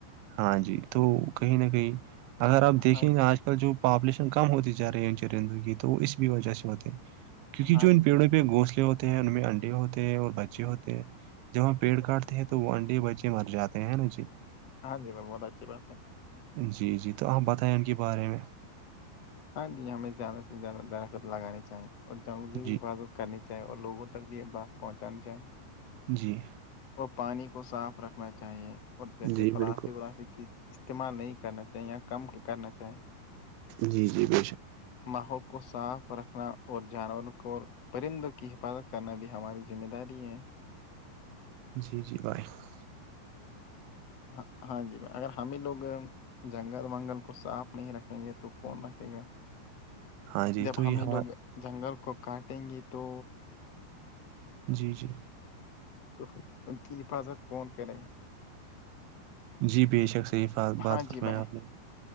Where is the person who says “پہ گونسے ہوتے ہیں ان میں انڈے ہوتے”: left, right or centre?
Right